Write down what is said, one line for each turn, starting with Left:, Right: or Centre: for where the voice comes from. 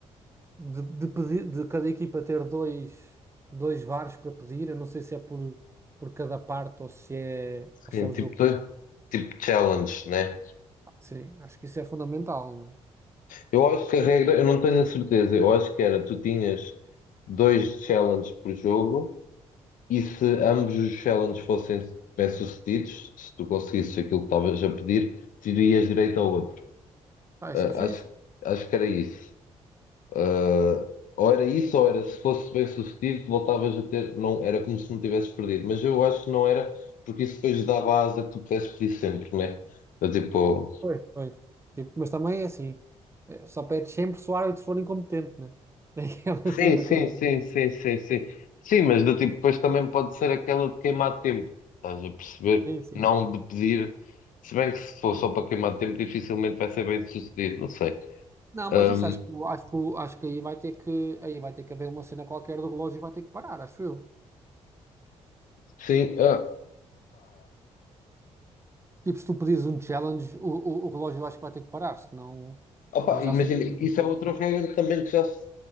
Right: de, de pedir, de cada equipa ter dois, dois VARs para pedir. Eu não sei se é por, por cada parte ou se é, ou
Left: sim,
Right: se é o
Left: tipo,
Right: jogo.
Left: dois- tipo challenge, né?
Right: Sim, acho que isso é fundamental, não é?
Left: Eu acho que a regra, eu não tenho a certeza, eu acho que era, tu tinhas dois challenges por jogo e se ambos os challenges fossem bem-sucedidos, se tu conseguisses aquilo que estavas a pedir, terias direito ao outro.
Right: Ah, isso
Left: Ah,
Right: é fixe.
Left: acho, acho que era isso. Uh, ou era isso, ou era se fosse bem sucedido, voltavas a ter. Não, era como se não tivesses perdido. Mas eu acho que não era, porque isso depois dava asa que tu pudesses pedir sempre, né? Do tipo.
Right: Pois. Pois. Tipo, mas também é assim, é, só pede sempre se o árbitro for incompetente, né? <laughs> É aquela cena
Left: Sim, sim,
Right: também.
Left: sim, sim, sim, sim. Sim, mas do tipo, depois também pode ser aquela de queimar tempo. Estás a perceber?
Right: Sim, sim.
Left: Não de pedir. Se bem que se for só para queimar tempo, dificilmente vai ser bem sucedido. Não sei.
Right: Não, mas
Left: Um,
Right: isso acho que acho que acho que aí vai ter que aí vai ter que haver uma cena qualquer do relógio e vai ter que parar, acho eu.
Left: sim, ah,
Right: Tipo, se tu pedires um challenge, o, o, o relógio eu acho que vai ter que parar, senão,
Left: Opa,
Right: senão já
Left: imagina,
Right: fica muito.
Left: isso é outra regra também que já se,